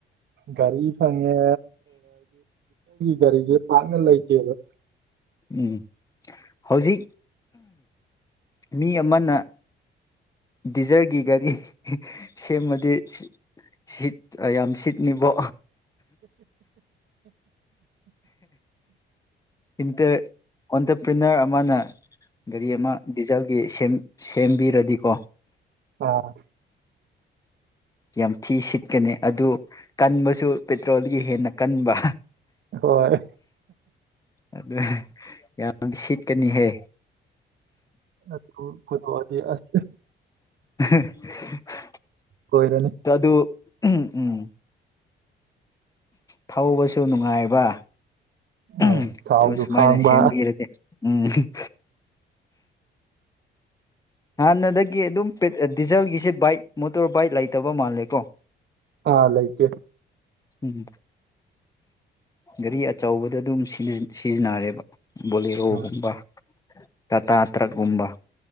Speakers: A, on the right; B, on the left.
A: ꯒꯥꯔꯤ ꯐꯪꯉꯦ ꯒꯥꯔꯤ ꯆꯦ ꯃꯥꯥꯡꯂ ꯑꯥꯏꯇ ꯑꯗ
B: ꯎꯝ ꯍꯧꯖꯤꯛ ꯃꯤ ꯑꯃꯅ ꯗꯤꯖꯔꯒꯤ ꯒꯥꯔꯤ ꯁꯦꯝꯃꯗꯤ ꯁꯤꯠ ꯌꯥꯝ ꯁꯤꯠꯅꯤꯕꯣ ꯏꯟꯇ ꯑꯣꯟꯇꯔꯄ꯭ꯔꯤꯅꯔ ꯑꯃꯅ ꯒꯥꯔꯤ ꯑꯃ ꯗꯤꯖꯜꯒꯤ ꯁꯦꯝꯕꯤꯔꯗꯤꯀꯣ
A: ꯑꯥ
B: ꯌꯥꯝ ꯊꯤ ꯁꯤꯠꯀꯅꯤ ꯑꯗꯨ ꯀꯟꯕꯁꯨ ꯄꯦꯇ꯭ꯔꯣꯜꯒꯤ ꯍꯦꯟꯅ ꯀꯟꯕ
A: ꯍꯣꯏ
B: ꯑꯗꯨ ꯌꯥꯝ ꯁꯤꯠꯀꯅꯤꯍꯦ
A: ꯑꯗꯨ ꯀꯊꯗꯤ ꯑ <inaudible>
B: <unintelligible>
A: ꯂꯣꯏꯔꯅꯤ
B: ꯆꯗꯨ ꯎꯝ ꯎꯝ ꯊꯧꯕꯁꯨ ꯅꯨꯡꯉꯥꯏꯕ ꯑꯗꯨ
A: ꯑ ꯊꯥꯎꯁꯨ
B: ꯁꯨꯃꯥꯏꯅ
A: ꯈꯥꯡꯕ
B: ꯁꯦꯝꯕꯤꯔꯗꯤ ꯎꯝ ꯍꯥꯟꯅꯗꯒꯤ ꯑꯗꯨꯝ ꯗꯤꯖꯜꯒꯤꯁꯤꯠ ꯕꯥꯏꯛ ꯃꯣꯇꯣꯔ ꯕꯥꯏꯛ ꯂꯩꯇꯕ ꯃꯥꯜꯂꯦ ꯀꯣ
A: ꯑꯥ ꯂꯩ ꯂꯩꯀꯦ
B: ꯎꯝ ꯒꯥꯔꯤ ꯑꯆꯧꯕꯗ ꯑꯗꯨꯝ ꯁꯤꯖꯤꯟꯅꯔꯦꯕ ꯕꯣꯂꯤꯔꯣ
A: ꯍꯣꯏ
B: ꯒꯨꯝꯕ ꯇꯇꯥ ꯇ꯭ꯔꯛ ꯒꯨꯝꯕ